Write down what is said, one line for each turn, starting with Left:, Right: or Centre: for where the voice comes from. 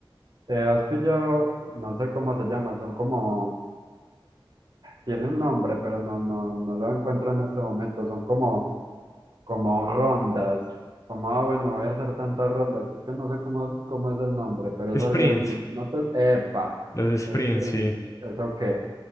Right: Eh, has pillado, no sé cómo se llama, son como, tiene un nombre, pero no, no, no lo encuentro en este momento, son como, como rondas, como, ah, bueno, voy a hacer tantas rondas, es que no sé cómo, cómo es el nombre, pero es algo
Left: Sprints,
Right: así, no te, epa,
Left: los sprints,
Right: sprint,
Left: sí.
Right: ¿eso qué?